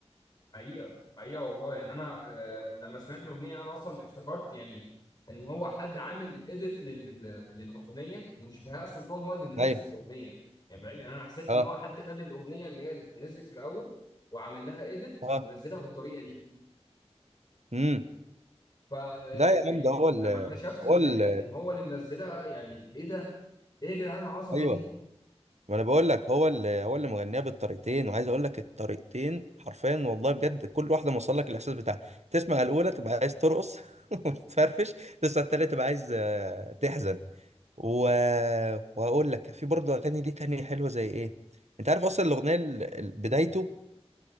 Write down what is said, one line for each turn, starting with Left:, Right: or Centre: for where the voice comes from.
Left: حقيقة حقيقة والله يعني أنا آه، لما سمعت الأغنية أنا أصلا افتكرت يعني إن هو حد عامل إيديت للأغنية مش بهاء سلطان هو اللي منزل
Right: ايوه
Left: الأغنية يعني فاهم يعني أنا حسيت
Right: اه
Left: إن هو حد خد الأغنية اللي هي نزلت في الأول وعمل لها إيديت
Right: اه
Left: ونزلها بالطريقة دي
Right: امم
Left: ف
Right: ده يا
Left: يعني
Right: عم ده هو ال
Left: لما اكتشفت
Right: هو
Left: إن
Right: ال
Left: هي إن هو اللي منزلها يعني إيه ده؟ إيه يا جدعان العظمة
Right: ايوه
Left: دي؟
Right: ما انا بقول لك هو ال هو اللي مغنيها بالطريقتين وعايز اقول لك الطريقتين حرفيا والله بجد كل واحده موصل لك الاحساس بتاعها تسمع الاولى تبقى عايز ترقص <laughs> وتفرفش تسمع التانيه تبقى عايز آه، تحزن و... وهقول لك في برضه اغاني ليه تانية حلوه زي ايه انت عارف اصلا الاغنيه ال- ال- بدايته